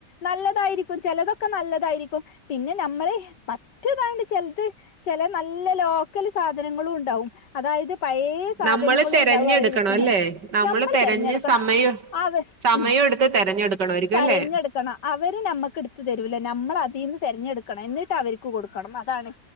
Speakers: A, on the left (about 80°); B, on the right (about 80°).
A: നല്ലതായിരിക്കും ചെലതൊക്കെ നല്ലതായിരിക്കും പിന്നെ നമ്മള് മറ്റേതാണ്ട് ചെലത് ചെല നല്ല ലോ- ക്കാല് സാധനങ്ങളും ഉണ്ടാവും അതായത് പഴയ സാധനങ്ങളും
B: നമ്മള് തെരഞ്ഞെടുക്കണം
A: ഉണ്ടാവും അവര് വിൽക്കണ
B: അല്ലേ നമ്മള്
A: ഞമ്മള്
B: തെരഞ്ഞ്
A: തെരഞ്ഞെടുക്കണ
B: സമയം
A: അവ-
B: സമയം
A: ഉം
B: എടുത്ത് തെരഞ്ഞെടുക്കണമായിരിക്കും
A: തെരഞ്ഞെടുക്കണം
B: അല്ലേ
A: അവര് നമ്മുക്ക് എടുത്ത തരൂല നമ്മള് അതിന്ന്- തെരഞ്ഞെടുക്കണം എന്നിട്ട് അവർക്ക് കൊടുക്കണം അതാണ്